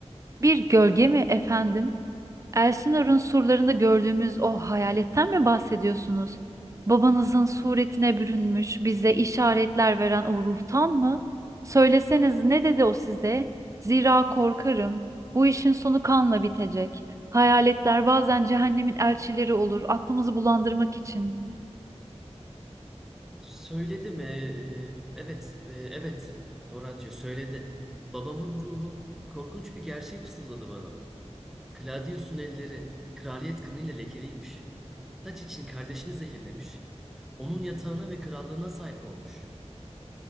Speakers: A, on the right; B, in the centre.
A: Bir gölge mi efendim? Elsinor'un surlarında gördüğümüz o hayaletten mi bahsediyorsunuz? Babanızın suretine bürünmüş, bize işaretler veren o ruhtan mı? Söyleseniz ne dedi o size? Zira korkarım. Bu işin sonu kanla bitecek. Hayaletler bazen cehennemin elçileri olur, aklımızı bulandırmak için.
B: Söyledi mi? Ee, evet, e, evet. Horatio söyledi. Babamın ruhu korkunç bir gerçeği fısıldadı bana. Claudius'un elleri kraliyet kanıyla lekeliymiş. Taç için kardeşini zehirlemiş. Onun yatağına ve krallığına sahip olmuş.